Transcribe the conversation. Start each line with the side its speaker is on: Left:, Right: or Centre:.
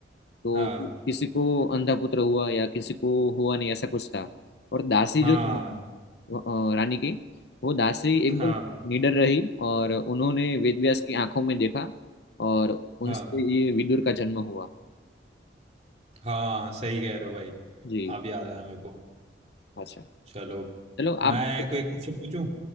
Left: तो
Right: हाँ
Left: किसी को अंधा पुत्र हुआ या किसी को हुआ नहीं ऐसा कुछ था और दासी
Right: हाँ
Left: जो थी, अ, रानी की वो दासी एकदम
Right: हाँ
Left: निडर रही और उन्होंने वेदव्यास की आंखों में देखा और उनसे
Right: हाँ
Left: ये विदुर का जन्म हुआ
Right: हाँ सही कह रहे हो भाई
Left: जी
Right: अब याद आया मेरे को
Left: अच्छा
Right: चलो
Left: चलो आप
Right: मैं कोई क्वेश्चन पूछूं